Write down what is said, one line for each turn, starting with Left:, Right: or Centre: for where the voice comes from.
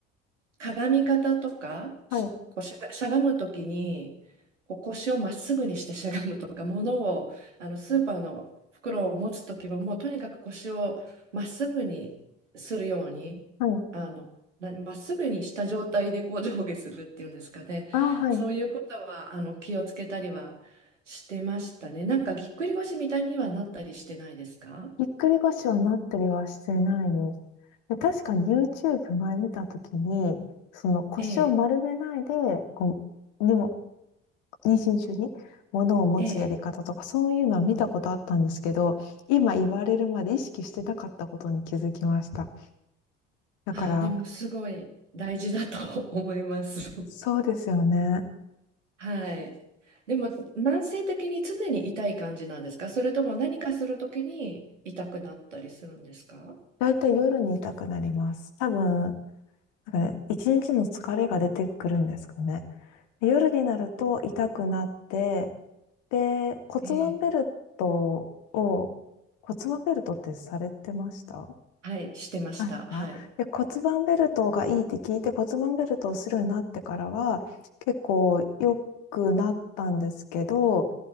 Right: 鏡み方とか、しこうしゃが、
Left: はい。はい。
Right: しゃがむときに、こう腰をまっすぐにしてしゃがむとか、物を、あのスーパーの袋を持つときは、もうとにかく腰をまっすぐにするように、
Left: はい。
Right: あの、なまっすぐにした状態でこう上下するっていうんですかね。
Left: ああ、はい。
Right: そういうことは、あの、気をつけたりはしてましたね。なんかぎっくり腰みたいにはなったりしてないですか
Left: ぎっくり腰はなったりはしてないです。で、確かに YouTube 前見たときに、その腰を丸めないで、
Right: ええ、
Left: こう、にも、妊娠中に物を持つやり方とか、
Right: ええ。
Left: そういうのは見たことあったんですけど、今言われるまで意識してなかったことに気づきました。だから、
Right: ああ、でもすごい大事だと思います。
Left: そうですよね。
Right: はい。でも、慢性的に常に痛い感じなんですかそれとも何かするときに痛くなったりするんですか
Left: だいたい夜に痛くなります。多分、なんかね、一日の疲れが出てくるんですかね。で夜になると痛くなって、で、骨盤ベルトを、
Right: ええ、
Left: 骨盤ベルトってされてました
Right: はい、してました。
Left: あれだ。
Right: はい。
Left: で、骨盤ベルトがいいって聞いて骨盤ベルトをするようになってからは結構良くなったんですけど、